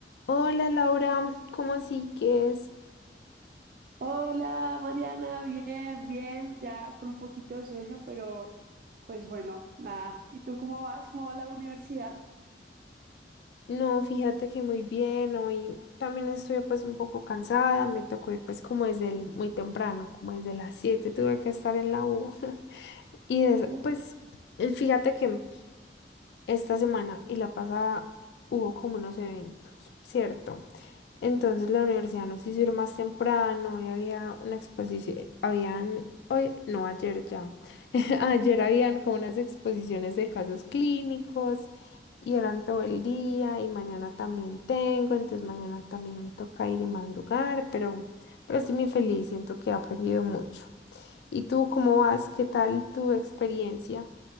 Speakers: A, on the left; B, on the right.
A: Hola Laura, ¿cómo así que es?
B: Hola, Mariana, bien, bien, ya con un poquito de sueño, pero pues bueno, nada. ¿Y tú cómo vas? ¿Cómo va la universidad?
A: No, fíjate que muy bien, hoy también estoy pues un poco cansada, me tocó ir pues como desde el, muy temprano, como desde las 7 tuve que estar en la U <laughs> y es-
B: Uf,
A: pues eh, fíjate que esta semana y la pasada hubo como unos eventos, ¿cierto? Entonces la universidad nos hizo ir más temprano y había una exposición, habían, hoy, no, ayer ya, <laughs> ayer habían como unas exposiciones de casos clínicos y eran todo el día y mañana también tengo, entonces mañana también me toca ir y madrugar, pero, pero estoy muy feliz, siento que he aprendido mucho. ¿Y tú cómo vas? ¿Qué tal tu experiencia